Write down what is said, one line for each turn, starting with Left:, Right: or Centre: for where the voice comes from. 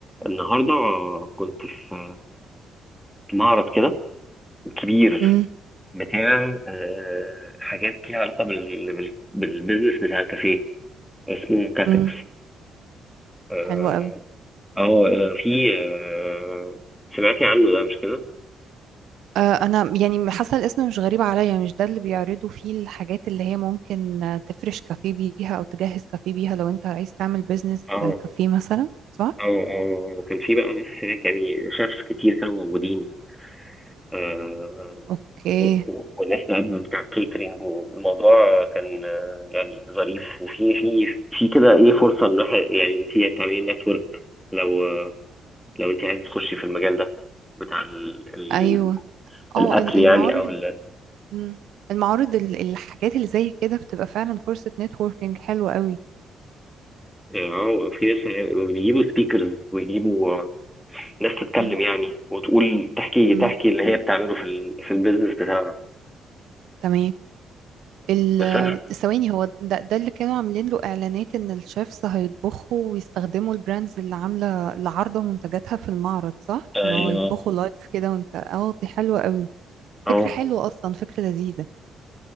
Centre: النهارده كنت في معرض كده كبير
Right: امم
Centre: بتاع آه، حاجات ليها علاقه بال... بال... بالبيزنس بتاع الكافيه اسمه كافيكس
Right: امم
Centre: اه
Right: حلو قوي
Centre: آه، آه، في آه، سمعتي عنه ده مش كده؟
Right: آه انا يعني حاسه الاسم مش غريب عليا مش ده اللي بيعرضوا فيه الحاجات اللي هي ممكن آه، تفرش كافيه بيها او تجهز كافيه بيها لو انت عايز تعمل بيزنس
Centre: اه
Right: كافيه مثلا صح
Centre: اه اه وكان في بقى ناس هناك يعني شيفs كتير كانوا موجودين آه،
Right: اوكي
Centre: و- و- والناس بقى بتاع الكيترينج والموضوع كان آه، يعني ظريف وفي في في كده ايه فرصه ان الواحد يعني انت تعملي نتورك لو آه، لو انت عايز تخشي في المجال ده بتاع ال ال
Right: ايوه اه
Centre: الاكل
Right: ال-
Centre: يعني
Right: المعارض
Centre: او ال
Right: مم. المعارض ال- الحاجات اللي زي كده بتبقى فعلا فرصه نتوركينج حلوه قوي
Centre: اه في ناس بيجيبوا سبيكرز ويجيبوا آه، ناس تتكلم
Right: امم
Centre: يعني وتقول تحكي
Right: امم
Centre: تحكي اللي هي بتعمله في ال في البيزنس بتاعها
Right: تمام ال-
Centre: بس انا
Right: ثواني هو ده, ده اللي كانوا عاملين له اعلانات ان الشيفز هيطبخوا ويستخدموا البراندز اللي عامله اللي عارضه منتجاتها في المعرض صح
Centre: ايوه
Right: ان هو يطبخوا لايف كده وانت اه دي حلوه قوي
Centre: اه
Right: فكره حلوه اصلا فكره لذيذه